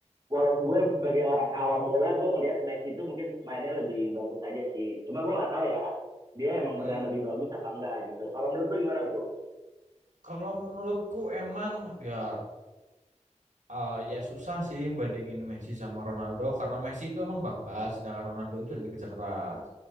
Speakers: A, on the right (about 30°); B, on the right (about 85°).
A: walaupun gue sebagai orang awam bola, gue ngelihat Messi tuh mungkin mainnya lebih bagus aja sih. Cuma gue nggak tahu ya, dia emang
B: Hmm.
A: beneran lebih bagus apa enggak gitu. Kalau menurut lu gimana bro?
B: Kalau menurutku emang ya eh, ya susah sih bandingin Messi sama Ronaldo karena Messi itu emang bakat, sedangkan Ronaldo itu dari kerja keras.